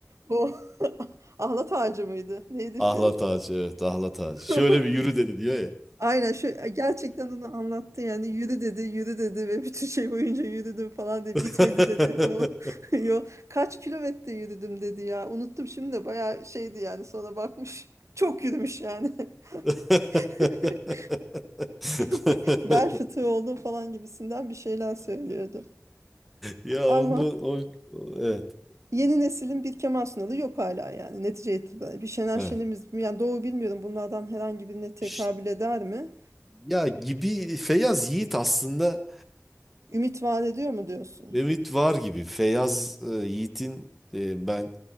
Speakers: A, on the right; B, in the centre.
A: O <laughs> Ahlat Ağacı mıydı? Neydi
B: ahlat
A: film?
B: ağacı evet ahlat ağacı.
A: <laughs>
B: Şöyle bir yürü dedi diyor
A: Aynen şu e, gerçekten onu anlattı yani yürü dedi yürü dedi ve bütün şey boyunca yürüdüm falan diye
B: ya.
A: bitmedi
B: <laughs>
A: dedi. O <laughs> yol kaç kilometre yürüdüm dedi ya unuttum şimdi de bayağı şeydi yani sonra bakmış çok yürümüş yani.
B: <laughs>
A: <laughs> Be- Bel fıtığı oldum falan gibisinden bir şeyler söylüyordu.
B: Ya
A: Ama
B: onu o, o- evet
A: yeni neslin bir Kemal Sunal'ı yok hala yani netice itibariyle. Bir Şener
B: evet.
A: Şen'imiz mi? Yani doğru bilmiyorum bunlardan herhangi birine tekabül
B: Ş-
A: eder mi?
B: Ya gibi Feyyaz Yiğit aslında
A: Ümit vaat ediyor mu diyorsun?
B: Evet var gibi. Feyyaz e, Yiğit'in e, ben